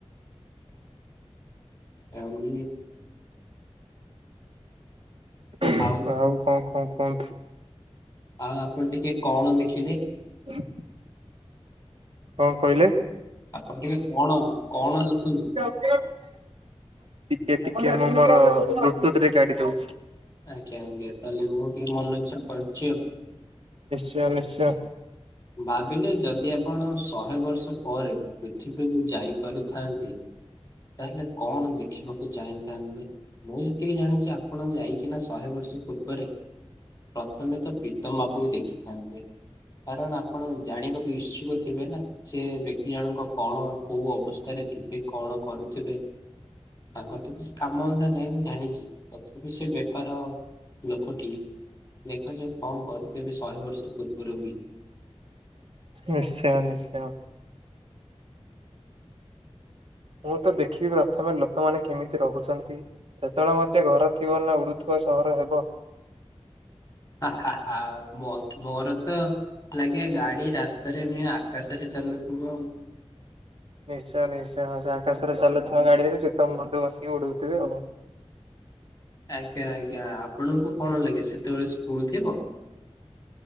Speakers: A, on the left; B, on the right.
A: ଆଉ
B: ହଁ
A: ଆଉ
B: ଆଉ କଁ କଁ କୁହନ୍ତୁ।
A: ଆଉ ଆପଣ ଟିକେ କଣ ଦେଖିଲେ?
B: ହ କଁ କହିଲେ?
A: ଆପଣ ଟିକେ କଣ କଣ ଦେଖନ୍ତୁ।
B: ଟିକେ ଟିକେ ମୁଁ ମୋର ବ୍ଲୁଟୁଥ୍ ରେ କାଡି଼ ଦଉଚି।
A: ଆଚ୍ଛା ଆଜ୍ଞା ତାହେଲେ ମୁଁ ଟିକେ ମନ ଇଚ୍ଛା କରଚି ଆଉ।
B: ନିଶ୍ଚୟ ନିଶ୍ଚୟ।
A: ଭାବିଲେ ଯଦି ଆପଣ ଶହେ ବର୍ଷ ପରେ ପୃଥିବୀକୁ ଯାଇପାରୁଥାନ୍ତେ ତାହେଲେ କଣ ଦେଖିବାକୁ ଚାହିଁଥାନ୍ତେ ମୁଁ ଯେତିକି ଜାଣିଚି ଆ ପଣ ଯାଇକିନା ଶହେ ବର୍ଷ ପୂର୍ବରେ ପ୍ରଥମେ ତ ପ୍ରୀତମ ବାବୁଙ୍କୁ ଦେଖିଥାନ୍ତେ। କାରଣ ଆପଣ ଜାଣିବାକୁ ଇସ୍ଛୁକ ଥିବେ ନାଁ ସେ ବ୍ୟକ୍ତି ଜଣଙ୍କ କଣ କୋଉ ଅବସ୍ଥାରେ ଥିବେ କଣ କରୁଥୁବେ ତାଙ୍କର ତ କିଛି କାମ ଅନ୍ଧା ନାହିଁ ମୁଁ ଜାଣିଚି ତଥାପି ସେ ବେପାର ଲୋକଟିଏ। ଲେଖାଯାଉ କଁ କରୁଥୁବେ ଶହେ ବର୍ଷ ପୂର୍ବୁରୁ ବି।
B: ନିଶ୍ଚୟ ନିଶ୍ଚୟ। ମୁଁ ତ ଦେଖିବି ପ୍ରଥମେ ଲୋକମାନେ କେମିତି ରହୁଚନ୍ତି। ସେତୋଳେ ମଧ୍ୟ ଘର ଥିବ ନାଁ ଉଡ଼ୁଥୁବା ସହର ହେବ?
A: ଆ ହା ହା ମୋ ମୋର ତ ଲାଗେ ଗାଡି ରାସ୍ତାରେ ନୁହେଁ ଆକାଶରେ ଚାଲୁଥୁବ ଆଉ।
B: ନିଶ୍ଚୟ ନିଶ୍ଚୟ ହଁ ସେ ଆଶରେ ଚାଲୁଥିବା ଗାଡିରେ ବି ଯେ ତୋମ ବନ୍ଧୁ ବସିକି ଉଡୁଥିବେ ହବ।
A: ଆଜ୍ଞା, ଆଜ୍ଞା ଆପଣଙ୍କୁ କଣ ଲାଗେ ସେତେବେଳେ ସ୍କୁଲ୍ ଥିବ।